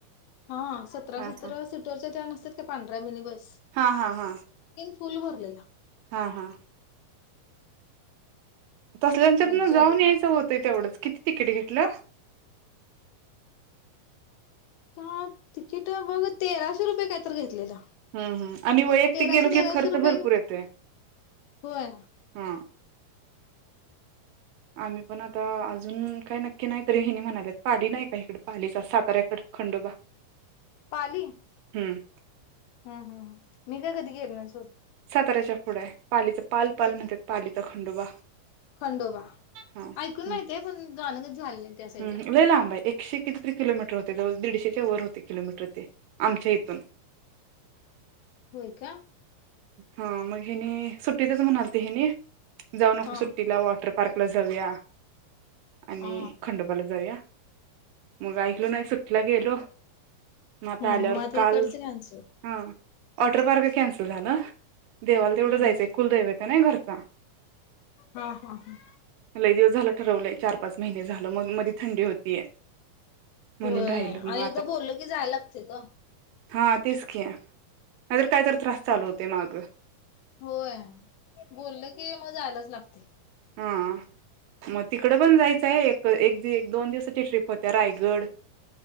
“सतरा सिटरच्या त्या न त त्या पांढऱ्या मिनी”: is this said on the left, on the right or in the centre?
Left